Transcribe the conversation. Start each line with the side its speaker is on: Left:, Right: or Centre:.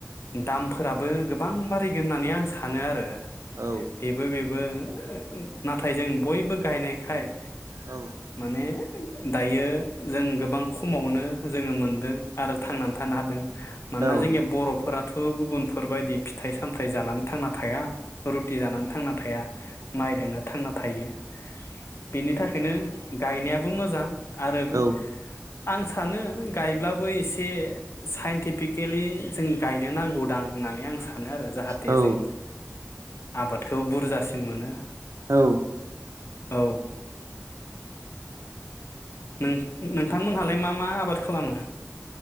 Left: दामफोराबो गोबां बारिगोन होननानै आं सानो आरो।
Right: औ
Left: बेबो बेब बो ओ ओम नाथाय जों बयबो गायनाय खाय
Right: औ
Left: माने <unintelligible> दायो जों गोबां खमावनो जोङो मोनदों आरो थांनान थानो हादों। मानोना
Right: औ
Left: जोंनिया
Right: औ
Left: बर'फोराथ ओ गुबुनफोरबायदि फिथाइ सामथाइ जानानै थांना थाया। रुटि जानानै थांना थाया माइदोंनो थांना थायो। बिनि थाखायनो गायनायाबो मोजां। आरोम
Right: औ
Left: आं सानो गायब्लाबो एसे साइन्टिफिकेलि जों गायनो नांगौ दां होननानै आं सान सानो आरो जाहाथे
Right: औ
Left: जों आबादखौ बुरजासिन मोनो।
Right: औ
Left: औ नों नोंथांमोनहालाय मा मा आबाद खालामो?